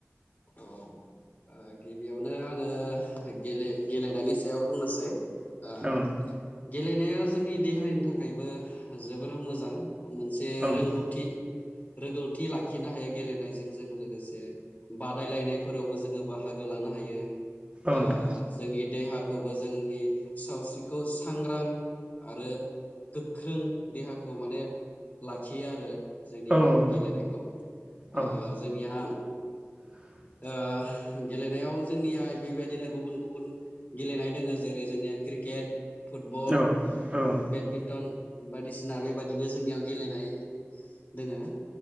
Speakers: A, on the left (about 35°); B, on the right (about 25°).
A: औ ओ गिबियावनो आङो गेले-गेलेनायनि सायाव बुंनोसै ओ
B: औ नोंथां
A: गेलेनाया जोंनि देहानि थाखायबो जोबोर मोजां मोनसे
B: औ नोंथां
A: रोंगौथि रोंगौथि लाखिनो हायो गेलेनायजों जों लोगोसे बादायलायनायफोरावबो जोङो बाहागो लानो हायो
B: औ
A: ओ
B: नोंथां
A: जोंनि देहा खौबो जोंनि सावस्रिखौ सांग्रां आरो गोख्रों देहाखौ माने लाखियो आरो जोंनि
B: औ औ नोंथां
A: गेलेनायखौ ओ
B: औ
A: जोंनिया
B: <inaudible>
A: ओ गेलेनायाव जोंनिया बेबायदिनो गुबुन गुबुन गेलेनाय दङ जेरै जोंनिया क्रि केट फुटबल
B: औ नोंथां औ
A: बेडमिन्टन बायदिसिना बेबायदिनो जोंनियाव गेलेनाय दोङो।